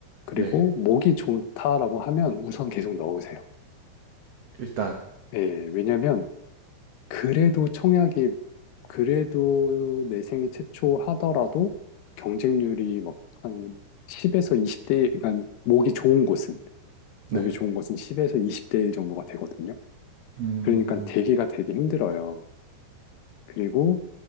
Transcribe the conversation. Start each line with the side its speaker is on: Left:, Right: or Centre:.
Left: 그리고
Right: 네,
Left: 목이 좋다라고 하면 우선 계속 넣으세요.
Right: 일단
Left: 예, 왜냐면 그래도 청약이 그래도 내 생애 최초 하더라도 경쟁률이 막한 10에서 20대 1, 그러니까 목이 좋은 곳은
Right: 네,
Left: 목이 좋은 곳은 10에서 20대 1 정도가 되거든요.
Right: 음,
Left: 그러니까 대기가 되게 힘들어요. 그리고